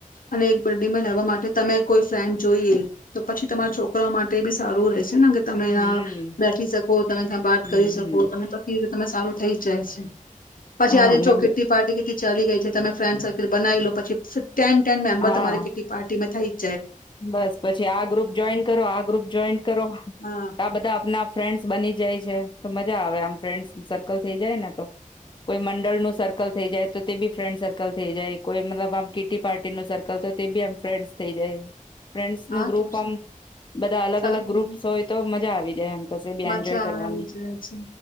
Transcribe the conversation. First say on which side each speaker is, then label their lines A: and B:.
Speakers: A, on the left; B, on the left.
A: અને એક બિલ્ડિંગમાં લેવા માટે તમે કોઈ ફ્રેન્ડ જોઈએ તો પછી તમારા છોકરા માટે બી સારું રહેશે ને કે તમે
B: હમ
A: બેઠી શકો તમે ત્યાં બાત
B: હમ હમ
A: કરી શકો તમે પછી તમે સારું થઈ જાય છે પછી
B: હા
A: આજે
B: અને
A: ચ ખિટી પાર્ટી ચલી ગઈ છે તમે ફ્રેન્ડ સર્કલ બનાવી લો પછી ટેન ટેન મેમ્બર
B: હા
A: તમારે કિટ્ટી પાર્ટીમાં થાય
B: બસ પછી આ ગ્રુપ જોઈન કરો આ ગ્રુપ જોઈન કરો
A: હા
B: આ બધા આપના ફ્રેન્ડ્સ બની જાય છે તો મજા આવે આમ ફ્રેન્ડ્સ સર્કલ થઈ જાય ને તો કોઈ મંડળનું સર્કલ થઈ જાય તો તે બી ફ્રેન્ડ સર્કલ થઈ જાય કોઈ મતલબ આમ કીટી પાર્ટી નું સર્કલ તો તે બી આમ ફ્રેન્ડસ થઈ જાય ફ્રેન્ડ્સ
A: હા
B: નું ગ્રુપ
A: તો
B: આમ બધા અલગ
A: સારું
B: અલગ ગ્રુપ્સ હોય તો મજા આવી જાય એમ કશે બી
A: મજા
B: એન્જોય કરવાની
A: આવી જાય છે